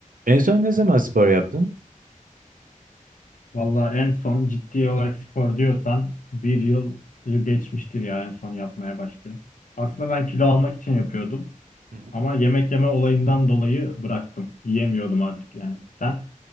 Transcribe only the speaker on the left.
Valla en son ciddi olarak spor diyorsan bir yıl geçmiştir ya en son yapmaya başladım. Aslında ben kilo almak için yapıyordum
ama yemek yeme olayından dolayı bıraktım. Yiyemiyordum artık yani. Sen?